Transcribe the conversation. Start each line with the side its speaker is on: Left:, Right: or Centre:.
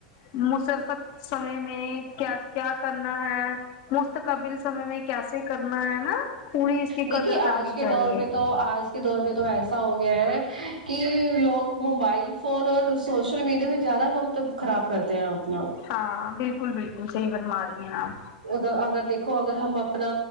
Left: مسرفت سمے میں کیا کیا کرنا ہے مستقبل سمے میں کیسے کرنا ہے نا پوری اس کی
Right: دیکھیے
Left: قدر
Right: آج
Left: کرنی
Right: کے
Left: چاہیے
Right: دور میں تو آج دور تو ایسا ہو گیا ہے کہ لوگ موبائل فون اور سوشل میڈیا میں زیادہ پمپ مطلب خراب کرتے ہیں اپنا
Left: ہاں بالکل بالکل صحیح فرماریی ہیں آپ
Right: اگر اگر دیکھو اگر ہم اپنا